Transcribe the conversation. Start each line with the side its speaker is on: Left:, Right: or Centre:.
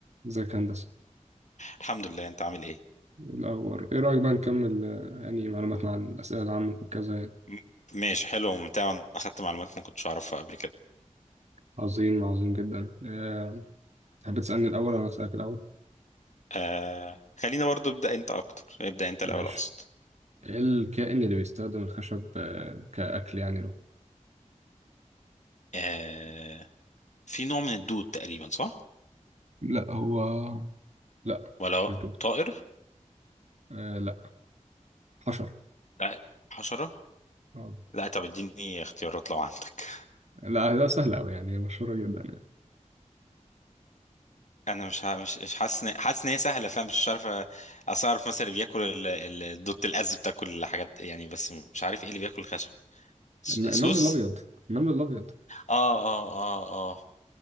Right: ازيك يا هندسة
Left: الحمد لله انت عامل ايه
Right: الأول إيه رأيك بقى نكمل آه، يعني معلوماتنا عن الأسئلة العامة وكذا يعني
Left: م- ماشي حلو وممتع انا اخدت معلومات ما كنتش اعرفها قبل كده
Right: عظيم عظيم جدا آه، تحب تسألني الأول ولا أسألك الأول؟
Left: آه خلينا برضو ابدا انت اكتر ابدا انت الاول
Right: ماشي
Left: اقصد
Right: إيه الكائن اللي بيستخدم الخشب آه، كأكل يعني له؟
Left: آه في نوع من الدود تقريبا صح
Right: لا هو لا
Left: ولا
Right: مش دوت
Left: طائر
Right: آه لا حشر
Left: لا حشرة
Right: آه.
Left: لا طب اديني اختيارات لو عندك
Right: لا ده سهل أوي يعني مشهورة جدا يعني
Left: <laughs> انا مش ه- مش مش حاسس ان- حاسس ان هي سهله فاهم مش عارف أ- اصل اعرف مثلا اللي بياكل ال- ال- الدود الاز بتاكل حاجات يعني بس مش عارف ايه اللي بياكل الخشب س-
Right: الن- النمل
Left: سوس
Right: الأبيض النمل الأبيض
Left: اه اه اه اه